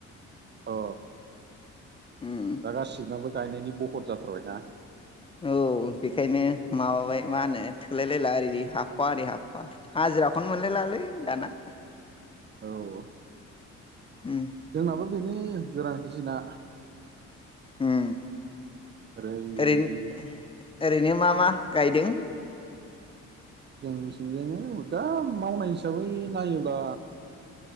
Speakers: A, on the right (about 35°); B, on the left (about 20°).
A: अ
B: उम
A: दा गासिबनाबो गायनायनि बहर जाथारबायना।
B: औ बेखायनो माबाबाय मा होनो थोलायलायला ओरै हाख'वा ओरै हाख'वा हाजिराखौनो मोनलायलालै दाना।
A: औ औ
B: उम
A: जोंनाबो बेनो गोरान गिसिना
B: उम
A: ओरैबायदि
B: ओरै ओरैनो मा मा गायदों।
A: जोंनि थिंजायनि दा मावनाय हिसाबै नायोब्ला